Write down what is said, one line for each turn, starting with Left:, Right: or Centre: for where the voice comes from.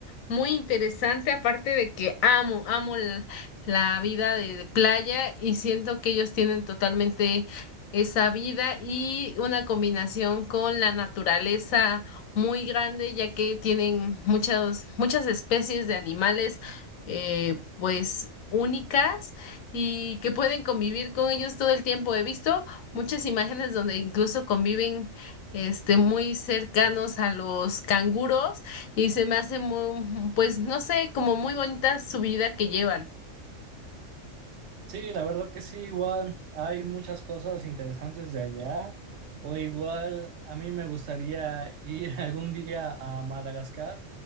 Left: muy interesante, aparte de que amo, amo l- la vida de playa y siento que ellos tienen totalmente esa vida y una combinación con la naturaleza muy grande, ya que tienen muchas, muchas especies de animales, eh, pues únicas y que pueden convivir con ellos todo el tiempo. He visto muchas imágenes donde incluso conviven, este, muy cercanos a los canguros y se me hace muy, pues no sé, como muy bonita su vida que llevan.
Right: Sí, la verdad que sí, igual hay muchas cosas interesantes de allá. O igual a mí me gustaría ir <laughs> algún día a Madagascar,